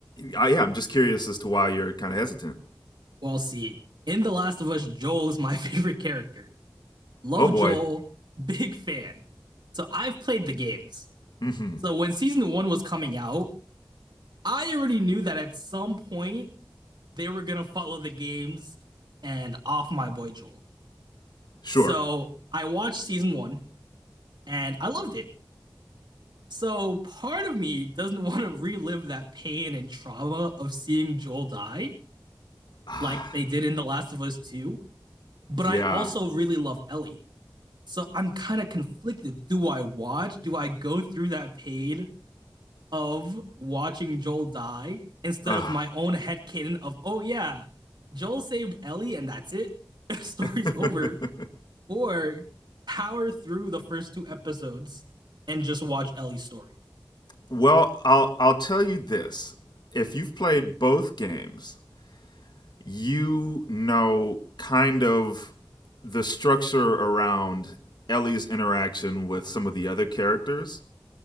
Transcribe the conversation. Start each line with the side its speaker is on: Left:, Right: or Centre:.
Left: I, yeah, I'm just curious as to why you're kind of hesitant.
Right: We'll see. In The Last of Us, Joel is my <laughs> favorite character. Love
Left: Oh boy.
Right: Joel, big fan. So I've played the games.
Left: hmm
Right: So when season one was coming out, I already knew that at some point, they were gonna follow the games and off my boy Joel.
Left: Sure.
Right: So I watched season one and I loved it. So part of me doesn't <laughs> want to relive that pain and trauma of seeing Joel die
Left: Ah,
Right: like they did in The Last of Us 2, but
Left: yeah.
Right: I also really love Ellie. So I'm kind of conflicted. Do I watch? Do I go through that pain of watching Joel die instead
Left: Ah.
Right: of my own head headcanon of, oh yeah, Joel saved Ellie and that's it? <laughs> story's
Left: <laughs>
Right: over. or power through the first two episodes and just watch Ellie's story.
Left: well, I'll I'll tell you this. If you've played both games, you know kind of the structure around Ellie's interaction with some of the other characters,